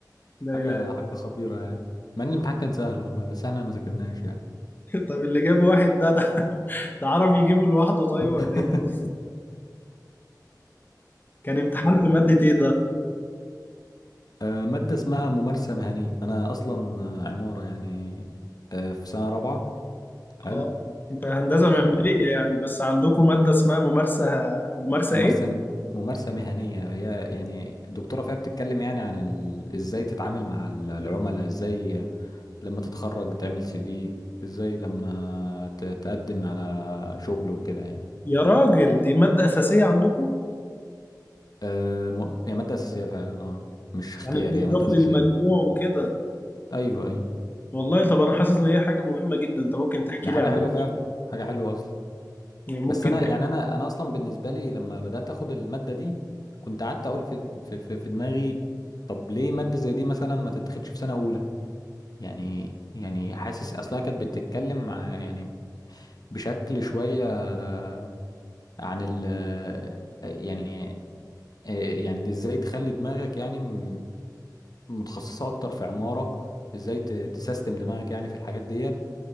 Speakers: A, on the left (about 25°); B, on the left (about 60°).
A: <laughs> لا
B: حاجة
A: لا
B: حاجة خطيرة يعني مع ان الامتحان كان سهل والله بس احنا ما ذاكرناش يعني
A: طب اللي جاب واحد ده ده, ده عرف يجيبه لوحده طيب
B: <laughs>
A: ولا ايه كان امتحان في ماده ايه ده
B: آه، مادة اسمها ممارسة مهنية أنا أصلا آه، عمارة يعني آه، في سنة رابعة حلو
A: اه انت هندسه معماريه يعني بس عندكم ماده اسمها ممارسه ممارسه
B: فممارسة
A: ايه
B: ممارسة مهنية هي يعني الدكتورة فيها بتتكلم يعني عن ال... ازاي تتعامل مع ال- العملاء ازاي لما تتخرج تعمل سي في ازاي لما ت... تقدم على شغل وكده يعني
A: يا راجل دي ماده اساسيه عندكم
B: آه م... هي مادة أساسية فعلا اه مش اختياري
A: يعني بتضاف
B: هي مادة أساسية
A: للمجموع وكده
B: أيوه أيوه
A: والله طب انا حاسس ان هي حاجه مهمه جدا انت ممكن تحكي
B: هي
A: لي
B: حاجة
A: عليها
B: حلوة فعلا حاجة حلوة أصلا
A: يعني ممكن
B: بس أنا
A: تحكي.
B: يعني أنا أنا أصلا بالنسبة لي لما بدأت أخد المادة دي كنت قعدت أقول في في في في دماغي طب ليه مادة زي دي مثلا ما تتاخدش في سنة أولى يعني يعني حاسس اصلها كانت بتتكلم مع يعني بشكل شوية آه، عن ال آه، يعني آه، يعني ازاي تخلي دماغك يعني م- متخصصة اكتر في عمارة ازاي ت- تسيستم دماغك يعني في الحاجات ديت